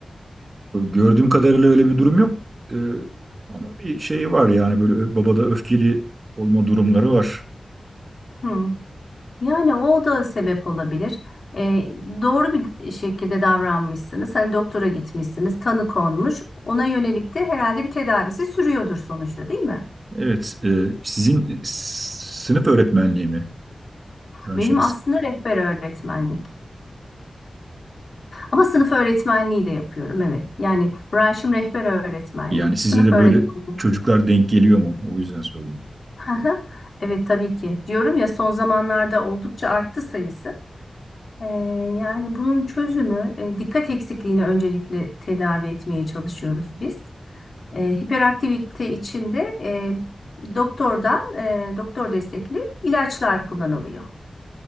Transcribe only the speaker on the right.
Gördüğüm kadarıyla öyle bir durum yok. Ee, ama bir şey var yani böyle ö- babada öfkeli olma durumları var.
Evet, e, sizin s- sınıf öğretmenliği mi branşınız?
Yani size
de
böyle çocuklar denk geliyor mu? O yüzden sordum.